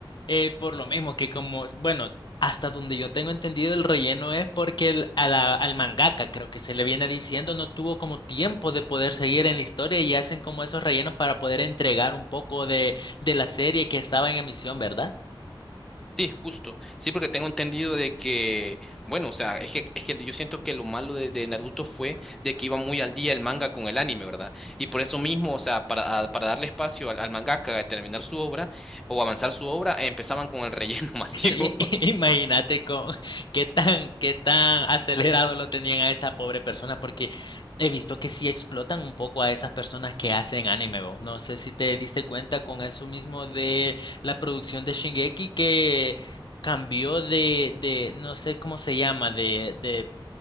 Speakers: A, on the left; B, in the centre.
A: eh, por lo mismo que como, bueno, hasta donde yo tengo entendido el relleno es porque el- a la- al mangaka, creo que se le viene diciendo, no tuvo como tiempo de poder seguir en la historia y hacen como esos rellenos para poder entregar un poco de, de la serie que estaba en emisión, ¿verdad?
B: Sí, justo. Sí, porque tengo entendido de que, bueno, o sea, es que, es que yo siento que lo malo de, de Naruto fue de que iba muy al día el manga con el anime, ¿verdad? Y por eso mismo, o sea, para, a- para darle espacio al, al mangaka a terminar su obra o avanzar su obra, empezaban con el relleno <laughs> masivo.
A: <laughs> Imagínate con qué tan, qué tan acelerado lo tenían a esa pobre persona, porque he visto que sí explotan un poco a esas personas que hacen anime, vos. No sé si te diste cuenta con eso mismo de la producción de Shingeki que cambió de, de, no sé cómo se llama, de, de